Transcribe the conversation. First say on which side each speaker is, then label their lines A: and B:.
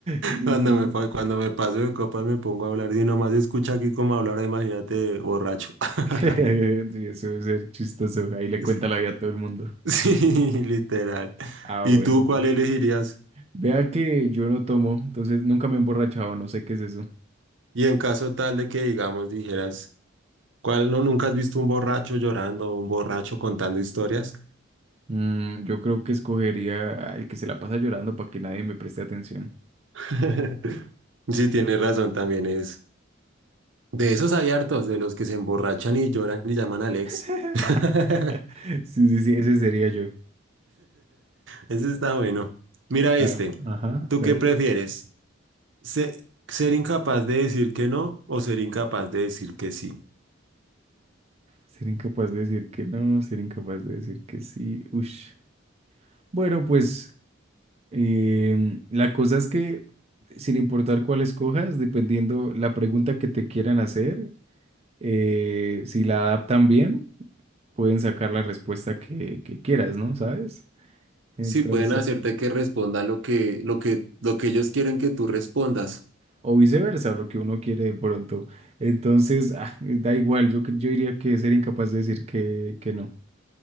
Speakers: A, on the right; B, on the right.
A: Sí,
B: Cuando
A: sí,
B: me,
A: sí.
B: pa- cuando me paso de copas me pongo a hablar y nomás escucha aquí cómo hablar, imagínate borracho. <laughs>
A: <laughs> Sí, eso debe ser chistoso. Ahí le
B: Sí, <laughs>
A: cuenta la vida a todo el mundo.
B: Sí, literal.
A: Ah,
B: ¿Y
A: bueno,
B: tú
A: bueno.
B: cuál elegirías?
A: Vea que yo no tomo, entonces nunca me he emborrachado, no sé qué es eso.
B: Y en caso tal de que, digamos, dijeras, ¿cuál no nunca has visto un borracho llorando o un borracho contando historias?
A: Mm, yo creo que escogería al que se la pasa llorando para que nadie me preste atención.
B: <laughs> Sí, tiene razón también, es. De esos hay hartos, de los que se emborrachan y lloran y llaman a Alex.
A: <laughs>
B: <laughs>
A: Sí, sí, sí, ese sería yo.
B: Ese está bueno. Mira este.
A: Ah, ajá,
B: ¿Tú
A: a ver.
B: qué prefieres? ¿Se- ¿Ser, incapaz de decir que no o ser incapaz de decir que sí?
A: Ser incapaz de decir que no, ser incapaz de decir que sí. Ush. Bueno, pues em, la cosa es que sin importar cuál escojas, dependiendo la pregunta que te quieran hacer, eh, si la adaptan bien, pueden sacar la respuesta que, que quieras, ¿no? ¿Sabes? Entonces,
B: Sí, pueden hacerte que responda lo que, lo que, lo que ellos quieren que tú respondas.
A: o viceversa, lo que uno quiere de pronto. Entonces, ah, da igual, yo, cre- yo diría que ser incapaz de decir que, que no.